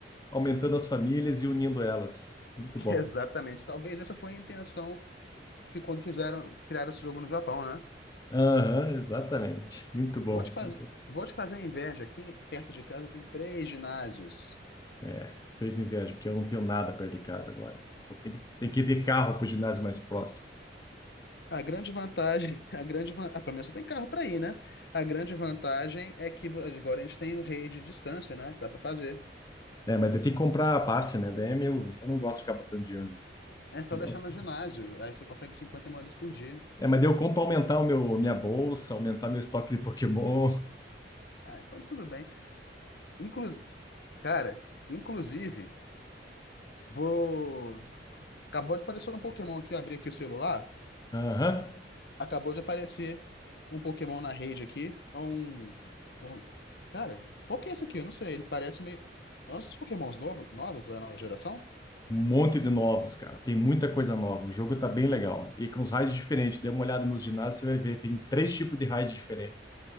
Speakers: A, on the left; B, on the left.
A: aumentando as famílias e unindo elas. Muito
B: <laughs>
A: bom.
B: Exatamente. Talvez essa foi a intenção que quando fizeram, criaram esse jogo no Japão, né?
A: Aham, exatamente. Muito bom.
B: Vou te faz...
A: Muito...
B: Vou te fazer inveja. Aqui perto de casa tem três ginásios.
A: É, fez inveja, porque eu não tenho nada perto de casa agora. Só tem que, tem que ir carro para o ginásio mais próximo.
B: A grande vantagem, <laughs> a grande van... ah, pelo menos você tem carro para ir, né? A grande vantagem é que vo- agora a gente tem o rei de distância, né? Que dá para fazer.
A: É, mas daí tem que comprar passe, né? Daí é meu, eu não gosto de ficar botando dinheiro.
B: É só
A: Eu
B: deixar
A: gosto-
B: no ginásio, aí você consegue cinquenta moedas por dia.
A: É, mas daí eu compro para aumentar o meu, minha bolsa, aumentar meu estoque de Pokémon.
B: Ah, então tudo bem. Inclu... Cara, inclusive, vou. Acabou de aparecer um Pokémon aqui, eu abri aqui o celular.
A: Aham.
B: acabou de aparecer um Pokémon na rede aqui. É um. um- Cara, qual que é esse aqui? Eu não sei. Ele parece meio. É um dos Pokémons novo, novos da nova geração?
A: Um monte de novos, cara. Tem muita coisa nova. O jogo tá bem legal. E com os raids diferentes. Dê uma olhada nos ginásios, você vai ver. Tem três tipos de raid diferentes.